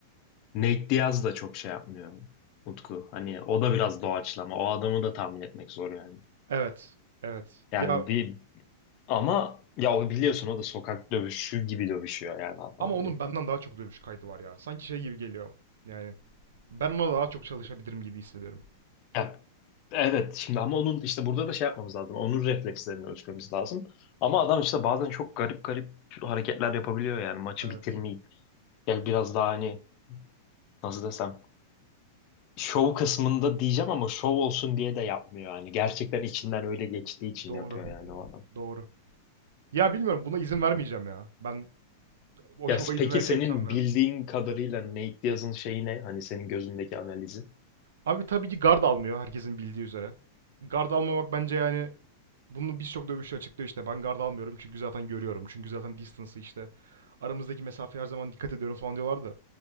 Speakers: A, on the left (about 40°); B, on the right (about 85°).
A: Nate Diaz da çok şey yapmıyor Utku. Hani o da biraz doğaçlama. O adamı da tahmin etmek zor yani.
B: Evet, evet.
A: Yani
B: Ya
A: bir Ama ya o biliyorsun o da sokak dövüşü gibi dövüşüyor yani adam
B: ama
A: hani.
B: onun benden daha çok dövüş kaydı var ya. Sanki şey gibi geliyor. Yani ben ona daha çok çalışabilirim gibi hissediyorum.
A: Ya, evet şimdi ama onun işte burada da şey yapmamız lazım. Onun reflekslerini ölçmemiz lazım. Ama adam işte bazen çok garip garip hareketler yapabiliyor yani maçı
B: Evet,
A: bitirmeyip. Yani biraz daha hani nasıl desem şov kısmında diyeceğim ama şov olsun diye de yapmıyor yani. Gerçekten içinden öyle geçtiği için
B: doğru,
A: yapıyor yani o adam.
B: doğru. Ya bilmiyorum buna izin vermeyeceğim ya. Ben o
A: Ya
B: şova izin
A: peki
B: vereceğimi
A: senin
B: sanmıyorum.
A: bildiğin kadarıyla Nate Diaz'ın şeyi ne? Hani senin gözündeki analizi.
B: Abi tabii ki guard almıyor herkesin bildiği üzere. guard almamak bence yani bunu birçok dövüşçü açıklıyor işte ben guard almıyorum çünkü zaten görüyorum. Çünkü zaten distance'ı işte aramızdaki mesafeye her zaman dikkat ediyorum falan diyorlar da.